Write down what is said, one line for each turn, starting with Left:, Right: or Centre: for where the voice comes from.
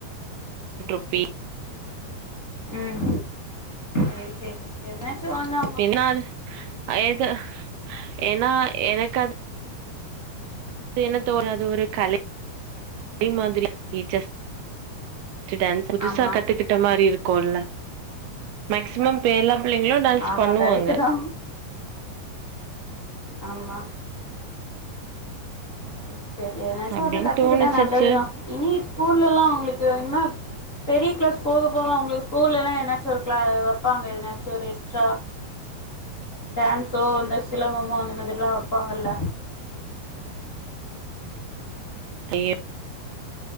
Right: ரூபி
Left: ம் சேரி சேரி எதனாச்சு வாங்னா
Right: பின்னால் எது ஏனா எனக்கு அது என்ன தோ அது ஒரு கலை கலை மாதிரி ஃபீச்சர்ஸ் டான்ஸ் புதுசா
Left: ஆமா
Right: கத்துகிட் ட மாரி இருக்குல மேக்சிமம் இப்ப எல்லா பிள்ளைங்களு டான்ஸ்
Left: ஆமா
Right: பண்ணுவாங்க
Left: கரெக்ட் தா ஆமா செரி செரி எதனாச்சு
Right: அப்டின்னு
Left: ஒன்னு கத்துக்கிட்டா
Right: தோணுச்சு
Left: நல்லதுதா
Right: சேர்
Left: இனி ஸ்கூல்லல்லா அவுங்களுக்கு இன்னா பெரிய கிளாஸ் போக போக அவுங்களுக்கு ஸ்கூல்லலா எதனாச்சு ஒரு க்ள வப்பாங்க எதனாச்சு ஒரு எக்ஸ்ட்ரா டான்ஸோ இந்த சிலம்பமோ அந்த மாதிரிலா வப்பாங்க இல்ல
Right: தையிர்